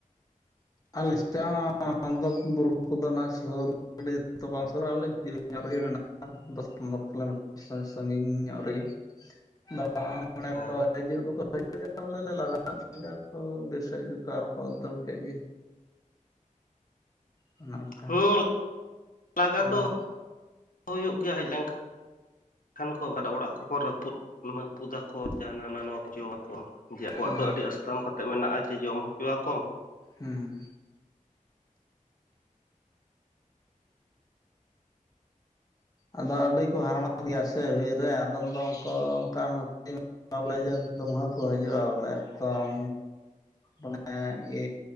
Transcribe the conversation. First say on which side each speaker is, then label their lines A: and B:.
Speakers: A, on the left (about 25°); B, on the left (about 80°).
A: ᱟᱞᱮᱥᱮᱜ ᱦᱚᱸᱻᱟᱫᱚ ᱵᱩᱨᱩ ᱠᱚᱫᱚ ᱱᱟᱜ ᱥᱩᱨ ᱟᱹᱰᱤ ᱛᱚ ᱵᱟᱝ ᱥᱩᱨᱟ ᱟᱞᱮ ᱡᱤᱞᱤᱧ ᱧᱚᱜ ᱨᱮᱜᱮ ᱢᱮᱱᱟᱜᱼᱟ᱾ ᱫᱚᱥ ᱯᱚᱱᱨᱚ ᱠᱤᱞᱳᱢᱤᱴ ᱥᱚᱭ ᱥᱟᱺᱜᱤᱧ ᱧᱚᱜ ᱨᱮᱜᱮ <unintelligible>
B: ᱦᱮᱸ
A: ᱦᱟᱡᱩᱜ ᱫᱚᱠᱚ ᱦᱟᱡᱩᱜ-ᱟᱞᱮ ᱞᱮ ᱞᱟᱦᱟᱜ-ᱟ ᱟᱨ ᱵᱟᱹ ᱵᱤᱨ ᱥᱮᱜ ᱟᱨᱠᱚ ᱫᱟᱹᱲ ᱠᱮᱫ ᱜᱮ ᱚᱱᱮ ᱚᱱᱠᱟ
B: ᱦᱩᱸ ᱞᱟᱜᱟ
A: ᱟᱫᱚ
B: ᱫᱚ ᱦᱩᱭᱩᱜ ᱜᱮᱭᱟ ᱦᱮᱡ ᱞᱮᱱᱠᱷᱟᱱ᱾ ᱠᱷᱟᱱ ᱠᱚ ᱚᱲᱟᱜ ᱠᱚᱠᱚ ᱨᱟᱹᱯᱩᱫ ᱢᱟᱹᱯᱩᱫᱟᱠᱚ ᱡᱟᱦᱟᱸ ᱦᱟᱱᱟ ᱱᱟᱣᱟ ᱠᱚ ᱡᱚᱢ ᱟᱠᱚ᱾ ᱡᱮ ᱟᱵᱚᱣᱟᱜ
A: ᱦᱩᱸ
B: ᱫᱚ ᱟᱹᱰᱤ ᱟᱥᱛᱟᱢ ᱠᱟᱛᱮ ᱢᱮᱱᱟᱜ-ᱟ ᱡᱮ ᱡᱚᱢ ᱦᱚᱪᱚᱣᱟ ᱠᱚᱢ᱾
A: ᱦᱩᱸ ᱟᱫᱚ ᱟᱹᱰᱤ ᱠᱚ ᱦᱟᱨᱟᱢᱟᱫ ᱜᱮᱭᱟ ᱥᱮ ᱵᱤᱨ ᱨᱮ ᱟᱫᱚᱢ ᱫᱚ ᱚᱱᱠᱟ ᱚᱱᱠᱟᱱ ᱴᱤᱢ ᱵᱚᱞᱮ ᱡᱮ ᱫᱚᱢᱩᱦᱟᱹ ᱠᱚ ᱦᱟᱡᱩᱜ-ᱟ ᱵᱚᱞᱮ ᱮᱠᱫᱚᱢ ᱚᱱᱮ ᱮ